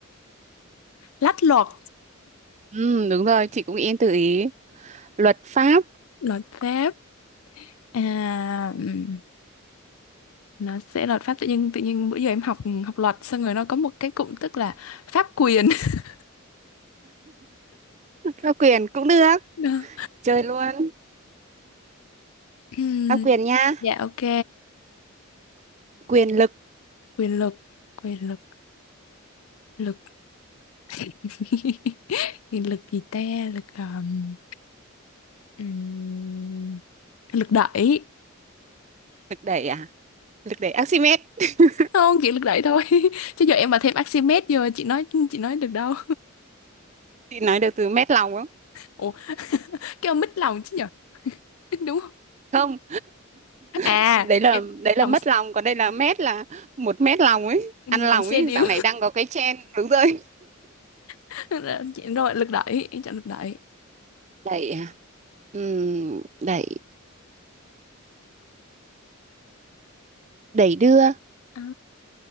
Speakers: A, on the left (about 80°); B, on the right (about 35°).
A: lách luật
B: Ừ, đúng rồi chị cũng yên tự ý luật pháp
A: luật pháp à, ừm, nó sẽ luật pháp tự nhiên tự nhiên bữa giờ em học học luật xong rồi nó có một cái cụm tức là pháp quyền <laughs>
B: pháp quyền cũng được
A: đó
B: chơi luôn
A: Ừm,
B: pháp quyền nha
A: dạ ok
B: quyền lực
A: quyền lực quyền lực lực <laughs> Cái lực gì ta lực ờm, ừm, lực đẩy
B: lực đẩy à lực đẩy Archimedes <laughs>
A: không chỉ lực đẩy thôi <laughs> chứ giờ em mà thêm Archimedes giờ chị nói chị nói được đâu
B: chị nói được từ mét lòng không
A: ủa cái ông mít lòng chứ nhở <laughs> đúng không
B: không
A: à
B: <laughs> đấy là
A: em
B: đấy là
A: lòng
B: mất lòng còn đây là mét là một mét lòng ấy
A: lòng
B: ăn lòng
A: xe
B: ấy
A: điếu
B: dạo này đang có cái trend đúng rồi
A: <laughs> Chị- rồi lực đẩy em chọn lực đẩy
B: đẩy à Ừm, đẩy đẩy đưa
A: à,